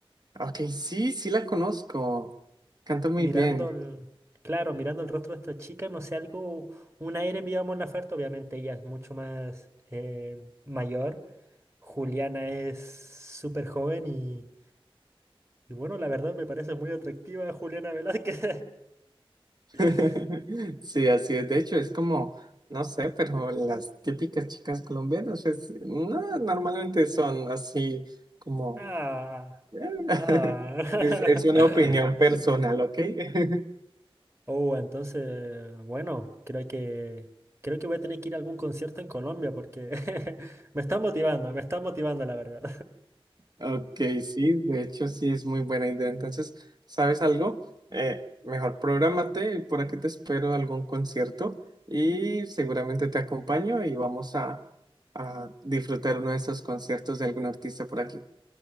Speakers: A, on the right; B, on the right.
A: Ok, sí, sí la conozco, canta muy
B: Mirando
A: bien.
B: el, claro, mirando el rostro de esta chica, no sé, algo, un aire medio a Mon Laferte, obviamente ella es mucho más em, mayor. Juliana es súper joven y, y bueno, la verdad me parece muy atractiva Juliana Velázquez.
A: <laughs>
B: <laughs>
A: Sí, así es. De hecho, es como, no sé, pero las típicas chicas colombianas, pues, no, normalmente son así como...
B: Ah.
A: <laughs>
B: Ah.
A: Es, es una
B: <laughs>
A: opinión personal, ¿ok? <laughs>
B: Oh, entonces, bueno, creo que creo que voy a tener que ir a algún concierto en Colombia porque <laughs> me están motivando, me están motivando, la verdad.
A: Ok, sí, de hecho sí es muy buena idea. Entonces, ¿sabes algo? Eh, mejor prográmate y por aquí te espero algún concierto y seguramente te acompaño y vamos a, a disfrutar uno de esos conciertos de algún artista por aquí.